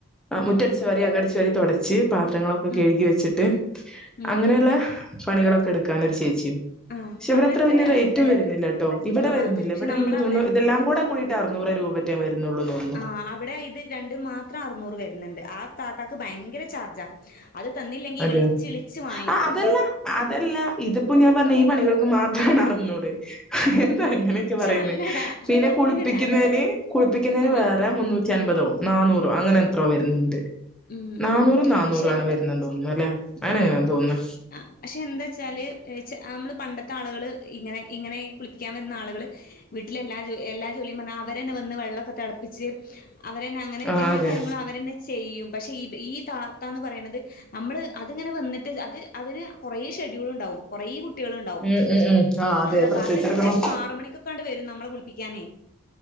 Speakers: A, in the centre; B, on the left (about 40°).
A: മുറ്റട്ച്ച്
B: ഉം
A: വാര അകട്ച്ച് വാരി തൊടച്ച് പാത്രങ്ങളൊ
B: ഉം
A: കഴുകി വെച്ചിട്ട്
B: ഉം
A: അങ്ങനെയുള്ള പണികളൊക്കെ എടുക്കാനരു ചേച്ചിയും
B: ആഹ്
A: പക്ഷ ഇവടെ
B: അതിനെത്രയാ
A: അത്ര വല്ല്യ റൈറ്റും
B: വരു
A: വരുന്നില്ല ട്ടോ ഇവടെ
B: ആഹ്
A: വരുന്നില്ല
B: പക്ഷെ
A: ഇവടെ
B: നമ്മളവിടെ
A: ഇൻക്ക് തോന്നു എല്ലാം കൂടെ കൂടിട്ട് അർന്നൂറ് രൂപറ്റേ വരുന്നൊള്ളൂ തൊ
B: ആ അവടെ ഇത് രണ്ടും മാത്രം അർന്നൂറ് വര്ന്ണ്ട് ആ താത്താക്ക് ഭയങ്കര ചാർജാ അത് തന്നില്ലെങ്കി
A: അതെ
B: ഇളിച് ഇളിച്ച് വാങ്ങിക്കും
A: ആ അതല്ല അതല്ല ഇതിപ്പോ ഞാൻ പറഞ്ഞ ഈ പണികൾക്ക് മാത്രാണ് അറ്ന്നൂറ് എന്താ അങ്ങനെയൊക്കെ
B: പക്ഷെ
A: പറയുന്നെ
B: അല്ലടാ
A: പിന്നെ
B: അങ്ങനെയല്ല
A: കുളിപ്പിക്കുന്നെന് കുളിപ്പിക്കുന്നെന്
B: ആ
A: വേറെ മുന്നൂ റ്റി അൻപതോ നാന്നൂറോ അങ്ങനെ എത്രോ വര്ന്ന്ണ്ട്
B: ഉം
A: നാന്നൂറും
B: ഉം പക്ഷെ
A: നാന്നൂറ ആണ് വര് തോന്നുന്നു അല്ലെ അങ്ങനെയാ തോന്ന്ന്ന്
B: ആ പക്ഷെ എന്താ വെച്ചാല് ച അമ്മള് പണ്ടത്തെ ആളുകള് ഇങ്ങനെ ഇങ്ങനെ കുളിപ്പിക്കാൻ വര്ന്ന ആളുകള് വീട്ടില എല്ലാ ജോ എല്ലാ ജോലിയും പർഞ്ഞാ അവരന്നെ വന്ന് വെള്ളോക്കെ തെൾപ്പിച്ച് അവരന്നെ അങ്ങനെ
A: ആ
B: എല്ലാ
A: അതെ
B: കാര്യങ്ങളും അവരന്നെ ചെയ്യും പക്ഷേ ഇത് ഈ താത്താന്ന് പറയ്ണത് നമ്മള് അത്ങ്ങനെ വന്നിട്ട് അത് അതിന് കൊറേ ഷെഡ്യൂള് ഇണ്ടാവും കൊറെ കുട്ടിയള് ഇണ്ടാവും
A: ഉം ഉം ഉം ആ അതെ
B: അത
A: പ്രസവിച്ചെടുക്കണം
B: താത്തെ ഇങ്ങനെ ചെൽപ്പോ ആറ് മണിക്കൊക്കാണ്ട് വരും നമ്മളെ കുൾപ്പിക്കാനേ